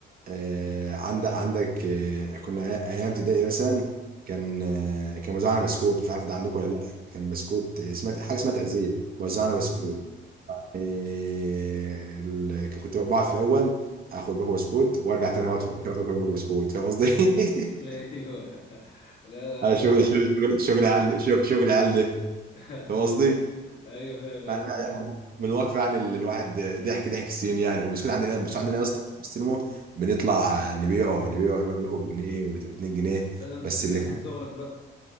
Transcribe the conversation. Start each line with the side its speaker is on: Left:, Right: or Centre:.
Right: آه، عندك عندك آه، كنا أيام ابتدائي مثلا كان آه، كان وزعنا بسكوت مش عارف ده عندكم ولا لأ كان بسكوت آه، سمعت حاجة اسمها تغذية وزعنا
Left: مم.
Right: بسكوت آه، ال- كنت بقعد في الأول اخد باكو بسكوت وارجع تاني اقعد في الاخر اخد باكو بسكوت فاهم قصدي؟ <laughs>
Left: ايوه <laughs> لا
Right: آه،
Left: لا
Right: شغل شغل شغل شغل عيال ده- شغل شغل عيال ده
Left: <laughs>
Right: فاهم قصدي؟
Left: ايوه فاهم
Right: يعني
Left: قصدي
Right: أنا من واقفي يعني ال- الواحد ضحك ضحك السنين يعني وبسكوت عندنا بس عندنا يا اسطى في السينما بنطلع نبيعه نبيعه نبيعه بياخد بجنيه وب2 جنيه
Left: لا ده انت
Right: بس
Left: تاجر
Right: اللي
Left: من صغرك بقى